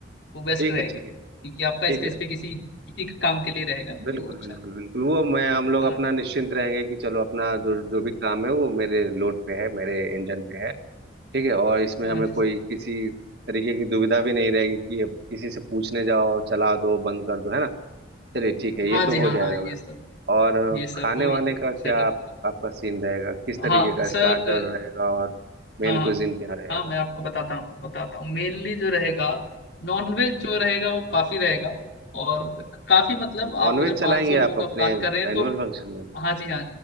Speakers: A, on the left; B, on the right.
A: वो बेस्ट
B: ठीक
A: रहेगा
B: है ठीक
A: क्योंकि
B: है
A: आपका
B: ठीक
A: स्पेस
B: है
A: पे किसी किसी के काम के लिए रहेगा ना
B: बिल्कुल
A: तो वो अच्छा
B: बिल्कुल
A: है
B: बिल्कुल वो मैं हम लोग
A: हाँ
B: अपना
A: जी
B: निश्चिंत रहेंगे कि चलो अपना जो जो भी काम है वो मेरे लोड पे है मेरे इंजन पे है ठीक है और इसमें
A: हाँ
B: हमें
A: हाँ जी
B: कोई
A: सर
B: किसी तरीके की दुविधा भी नहीं रहेगी कि अब किसी से पूछने जाओ चला दो बंद कर दो है ना चलिए ठीक है ये
A: हाँ जी
B: तो हो
A: हाँ
B: जाएगा
A: हाँ ये
B: मेरा
A: सब
B: और
A: ये सब
B: खाने
A: वही
B: वाने का क्या
A: सेटअप पूरा
B: आप, आपका सीन रहेगा किस तरीके
A: हाँ
B: का
A: सर
B: स्टार्टर
A: अ,
B: रहेगा और मेन
A: हाँ हाँ
B: कुजिन क्या रहेगा
A: हाँ मैं आपको बताता हूँ बताता हूँ मेनली जो रहेगा नॉनवेज जो रहेगा वो काफ़ी रहेगा और काफ़ी मतलब
B: अच्छा नॉनवेज
A: आप अगर
B: चलाएंगे
A: 500 लोगों
B: आप
A: का
B: अपने
A: प्लान कर रहे हैं
B: एनुअल
A: तो
B: फंक्शन में
A: हाँ जी हाँ